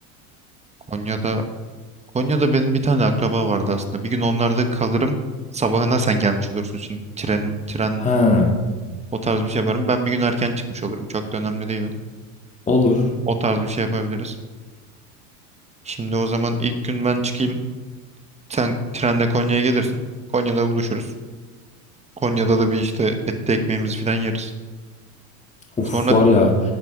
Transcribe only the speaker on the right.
Konya'da Konya'da benim bir tane akraba vardı aslında. Bir gün onlarda kalırım. Sabahına sen gelmiş olursun. Şimdi tren tren
o tarz bir şey yaparım. Ben bir gün erken çıkmış olurum. Çok da önemli değil o.
O tarz bir şey yapabiliriz. Şimdi o zaman ilk gün ben çıkayım. Sen trende Konya'ya gelirsin. Konya'da buluşuruz. Konya'da da bir işte etli ekmeğimizi falan yeriz.
Sonra